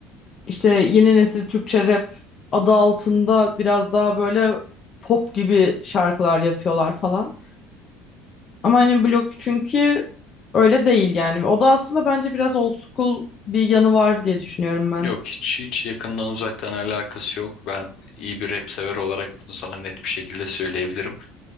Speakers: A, on the left; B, on the left.
A: İşte yeni nesil Türkçe rap adı altında biraz daha böyle pop gibi şarkılar yapıyorlar falan. Ama hani Blok çünkü öyle değil yani. O da aslında bence biraz old school bir yanı var diye düşünüyorum ben.
B: Yok hiç hiç yakından uzaktan alakası yok. Ben iyi bir rap sever olarak bunu sana net bir şekilde söyleyebilirim.